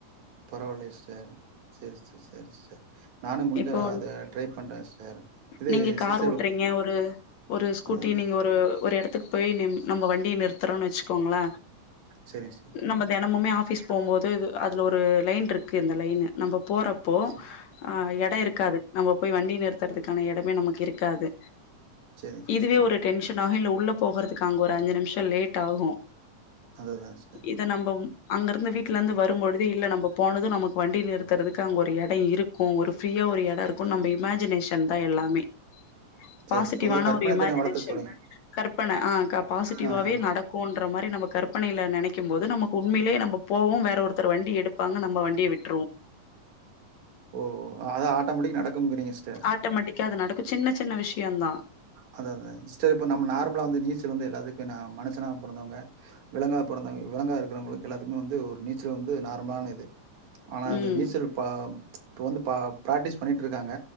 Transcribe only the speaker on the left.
இப்போ
நீங்க கார்
ஓட்டுறீங்க ஒரு ஒரு ஸ்கூட்டி
நீங்க ஒரு ஒரு எடத்துக் போயி நிம் நம்ப வண்டி நிறுத்தறோன் வச்சுக்கோங்கள
நம்ப தெனமுமே
ஆஃபிஸ் போம்போது இது அதுல ஒரு லைன்ருக்கு இந்த லைனு நம்ப போறப்போ
ஆ எட இருக்காது நம்ம போய் வண்டி நிறுத்துறதுக்கான எடமே நமக்கு இருக்காது
இதுவே
ஒரு டென்ஷனாகு இல்ல உள்ள போகறதுக்கு அங்க ஒரு அஞ்சு நிமிஷோ லேட் ஆகு
இத நம்ப அங்கருந்து வீட்ல இருந்து வரும்பொழுது இல்ல நம்ப போனது நமக்கு வண்டி நிறுத்துறக்கு அங்க ஒரு எட ட இருக்கு ஒரு ஃப்ரீயா ஒரு எட இருக்கு நம்ப இமேஜினேஷன் தா எல்லாமே
பாசிட்டிவ்வான
ஒரு இமாஜினேஷன்
கற்பன ஆ க பாசிட்டிவாவே
நடக் கோன்ற மாரி நம்ப கற்பனையில நெனைக்கு போது நமக்கு உண்மையிலயே நம்ப போவோ வேற ஒருத்தர் வண்டி எடுப்பாங்க நம்ப வண்டிய விட்
ஆட்டோமேட்டிக்கா அது நடக்கு சின்ன சின்ன விஷயோ தா
ம்